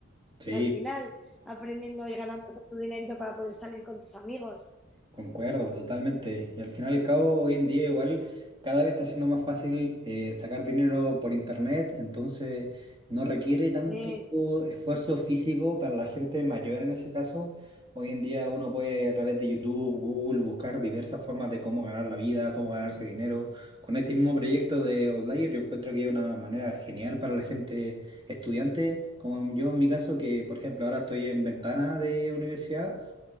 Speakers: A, on the right; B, in the centre.
A: sí.
B: al final aprendiendo y ganando tu dinerito para poder salir con tus amigos.
A: Concuerdo, totalmente. Y al final y al cabo, hoy en día igual cada vez está siendo más fácil eh, sacar dinero por internet, entonces no requiere tanto
B: Sí,
A: esfuerzo físico para la gente mayor en ese caso. Hoy en día uno puede a través de YouTube, Google, buscar diversas formas de cómo ganar la vida, cómo ganarse dinero. Con este mismo proyecto de Outlier yo encuentro que es una manera genial para la gente estudiante, como yo en mi caso, que por ejemplo ahora estoy en ventana de universidad.